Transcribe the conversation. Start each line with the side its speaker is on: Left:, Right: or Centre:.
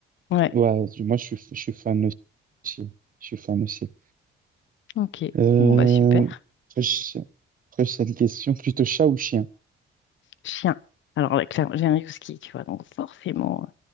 Left: ouais,
Right: Ouais, moi, je suis, je suis fan aussi. Je suis fan aussi.
Left: ok.
Right: Euh,
Left: Bon, bah super.
Right: après, je- après, c'est une question plutôt chat ou chien?
Left: Chien. Alors là, clairement, j'ai un husky, tu vois, donc forcément.